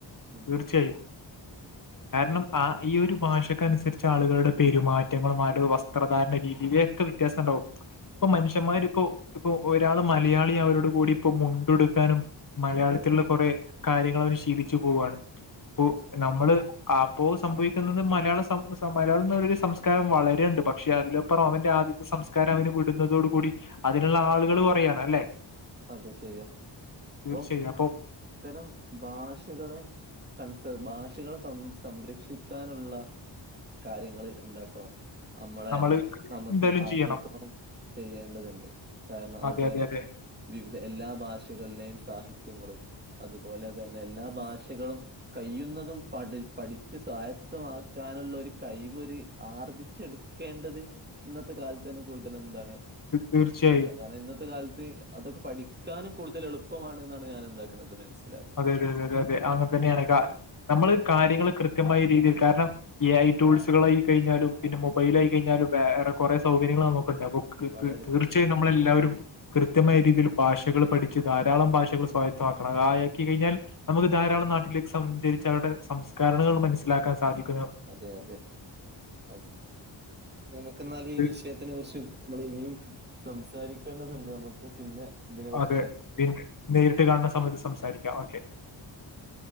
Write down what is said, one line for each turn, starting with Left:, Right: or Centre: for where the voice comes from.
Right: ഉം
Left: തീർച്ചയായും കാരണം ആ ഈ ഒരു ഭാഷക്ക അനുസരിച്ച് ആളുകളുടെ പെരുമാറ്റങ്ങളും ആവരുടെ വസ്ത്രധാരണ രീതിയെ ക്ക വ്യത്യാസം ഉണ്ടാവും ഇപ്പൊ
Right: ഉം
Left: മനുഷ്യന്മാരിപ്പോ ഇപ്പൊ ഒരാള് മലയാളി അവരോട് കൂടി ഇപ്പൊ മുണ്ടുടുക്കാനും മലയാളത്തിലുള്ള
Right: അതെ അതെ
Left: കൊറെ കാര്യങ്ങൾ അവര് ശീലിച്ചു പോവുവാണ് അപ്പൊ
Right: തീർച്ചയായും.
Left: നമ്മള് അപ്പോ സംഭവിക്കുന്നത് മലയാള സം സമ്പര് എന്നരു സംസ്കാരം വളരെ ഉണ്ട് പക്ഷെ അതിലൊ അപ്പറം അവന്റെ ആദ്യത്തെ സംസ്കാരം അവന് വിടുന്നതോടു കൂടി അതിനുള്ള ആളുകൾ കുറയാണ് അല്ലേ
Right: അതെ ശരിയാ അപ്പം
Left: തീർച്ചയായും അപ്പോ
Right: ഇത്തരം ഭാഷകളെ കൺസ് ഭാഷകളെ സം സംരക്ഷിക്കാനുള്ള കാര്യങ്ങള് ഉണ്ടാക്കണം നമ്മളെ
Left: നമ്മള്
Right: നമ്മക്ക്
Left: എന്തായാലും
Right: ആസൂത്രണം
Left: ചെയ്യണം
Right: ചെയ്യേണ്ടത്ണ്ട് കാരണം അതുപോലെ
Left: അതെ അതെ അതെ
Right: വിവിധ എല്ലാ ഭാഷകളിലെയും സാഹിത്യങ്ങളും അതുപോലെ തന്നെ എല്ലാ ഭാഷകളും കയ്യുന്നതും പഠ പഠിച്ച് സ്വായത്തമാക്കാനുള്ളൊരു കയ്വൊ ര് ആർജി ച്ചെടുക്കേണ്ടത് ഇന്നത്തെ കാലത്തെന്നെ കൂടുതലെന്താണ്
Left: തീർച്ചയായും
Right: <unintelligible> കാരണം ഇന്നത്തെ കാലത്ത് അതൊക്കെ പഠിക്കാനും കൂടുതൽ എളുപ്പമാണ് ന്നാണ് ഞാനെന്താക്ക്ണത് മനസ്സിലാ
Left: അതെ അതെ അതെ അ തന്നെണ് ക നമ്മള് കാര്യങ്ങള് കൃത്യമായ രീതിയിൽ കാരണം എ ഐ ടൂൾസുകളായി കയ്ഞ്ഞാലും പിന്നെ മൊബൈലായി
Right: ഉം
Left: കയ്ഞ്ഞാലും വേറെ കൊറെ സൗകര്യങ്ങള് നമുക്കുണ്ട് ത്
Right: വളരെ
Left: ത് തീർച്ചയായും
Right: ശരിയാ
Left: നമ്മളെല്ലാവരും കൃത്യമായ രീതില് ഭാഷകള് പഠിച്ച് ധാരാളം ഭാഷകൾ സ്വായത്തമാക്കണം അയെ ക്കി കയ്ഞ്ഞാൽ നമുക്ക് ധാരാളം നാട്ടിലേക്ക് സം സഞ്ചരിച്ചവരുടെ സംസ്കരണങ്ങൾ മനസ്സിലാക്കാൻ സാധിക്കുന്നു
Right: അതെ അതെ അ നമുക്ക്ന്നാലീ
Left: ഇത്
Right: വിഷയ ത്തിനെ കുറിച്ച് നമ്മളിനിയും സംസാരിക്കേണ്ടതുണ്ട് നമുക്ക് പിന്നെ ഇതിനെ കുറിച്ച്
Left: അതെ
Right: സംസാരിക്കാം
Left: പിന്നെ നേരിട്ട് കാണുന്ന സമയത്ത് സംസാരിക്കാ ഓക്കെ